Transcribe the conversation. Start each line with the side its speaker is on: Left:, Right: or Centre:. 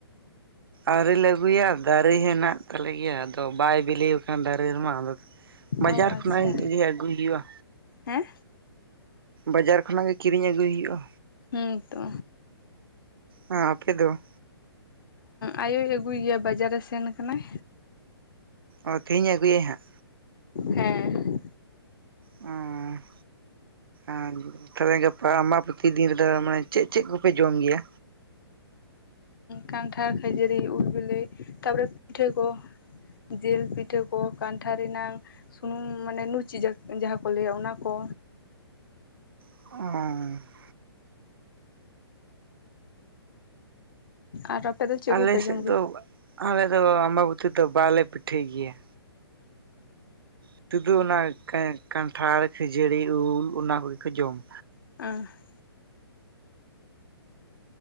Right: ᱟᱹᱣᱨᱤᱞᱮ ᱟᱹᱜᱩᱭᱟ ᱫᱟᱨᱮ ᱦᱮᱱᱟᱜ ᱛᱟᱞᱮ ᱜᱮᱭᱟ ᱟᱫᱚ ᱵᱟᱭ ᱵᱤᱞᱤᱣᱠᱟᱱ ᱫᱟᱹᱨᱮ ᱨᱮᱢᱟ ᱟᱫᱚ ᱵᱟᱡᱟᱨ
Left: ᱚ ᱟᱪᱪᱷᱟ
Right: ᱠᱷᱚᱱᱟᱜ ᱜᱮ ᱤᱫᱤ ᱟᱹᱜᱩᱭ ᱦᱩᱭᱩᱜᱼᱟ᱾
Left: ᱦᱮᱸ
Right: ᱵᱟᱡᱟᱨ ᱠᱷᱚᱱᱟᱜ ᱜᱮ ᱠᱤᱨᱤᱧ ᱟᱹᱜᱩᱭ ᱦᱩᱭᱩᱜᱼᱟ᱾
Left: ᱦᱩᱸ ᱛᱚ
Right: ᱚᱸ ᱟᱯᱮ ᱫᱚ
Left: ᱟᱭᱳᱭ ᱟᱹᱜᱩᱭ ᱜᱮᱭᱟ ᱵᱟᱡᱟᱨ ᱮ ᱥᱮᱱ ᱠᱟᱱᱟᱭ
Right: ᱚ ᱛᱮᱦᱤᱧ ᱮ ᱟᱹᱜᱩᱭᱟᱹ ᱦᱟᱸᱜ?
Left: ᱦᱮᱸ
Right: ᱚᱸ ᱟᱨ ᱛᱚᱵᱮ ᱜᱟᱯᱟ ᱟᱢᱵᱟ ᱯᱳᱛᱤ ᱫᱤᱱ ᱨᱮᱫᱚ ᱢᱟᱱᱮ ᱪᱮᱜᱼᱪᱮᱜ ᱠᱚᱯᱮ ᱡᱚᱢ ᱜᱮᱭᱟ?
Left: ᱠᱟᱱᱴᱷᱟᱲ ᱠᱷᱟᱹᱡᱟᱹᱲᱤ ᱩᱞ ᱵᱮᱞᱮ ᱛᱟᱯᱚᱨᱮ ᱯᱤᱴᱷᱟᱹ ᱠᱚ ᱡᱤᱞ ᱯᱤᱴᱷᱟᱹ ᱠᱚ ᱠᱟᱱᱴᱷᱟ ᱨᱤᱱᱟᱝ ᱥᱩᱱᱩᱢ ᱢᱟᱱᱮ ᱱᱩᱪᱤ ᱡᱟᱠ ᱡᱟᱦᱟᱸ ᱠᱚ ᱞᱟᱹᱭᱟ ᱚᱱᱟ ᱠᱚ
Right: ᱚᱝ
Left: ᱟᱨ ᱟᱯᱮ ᱫᱚ ᱪᱮᱜ
Right: ᱟᱞᱮ
Left: ᱠᱚᱯᱮ
Right: ᱥᱮᱫ
Left: ᱡᱚᱢ ᱜᱮᱭᱟ?
Right: ᱫᱚ ᱟᱞᱮ ᱫᱚ ᱟᱢᱵᱟᱵᱚᱛᱤ ᱨᱮᱫᱚ ᱵᱟᱞᱮ ᱯᱤᱴᱷᱟᱹᱭ ᱜᱮᱭᱟ ᱦᱤᱛᱚᱜ ᱫᱚ ᱚᱱᱟ ᱠᱟᱱᱴᱷᱟᱲ ᱠᱷᱟᱹᱡᱟᱹᱲᱤ ᱩᱞ ᱚᱱᱟ ᱠᱚᱜᱮ ᱠᱚ ᱡᱚᱢᱟ
Left: <unintelligible>